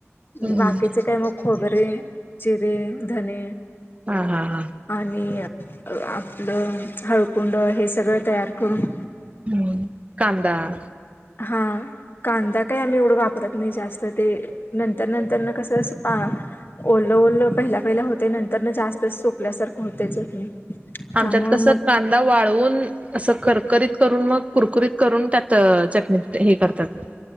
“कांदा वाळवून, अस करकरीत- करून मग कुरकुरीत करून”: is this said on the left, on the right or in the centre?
Right